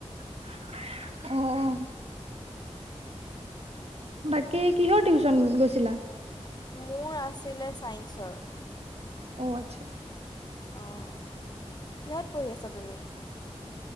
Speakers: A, on the right; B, on the left.
A: অ', বাকী কিহৰ টিউচন গৈছিলা?
B: মোৰ আছিলে ছাইন্সৰ।
A: অ, আচ্ছা।
B: আহ, কিহত পঢ়ি আছা তুমি?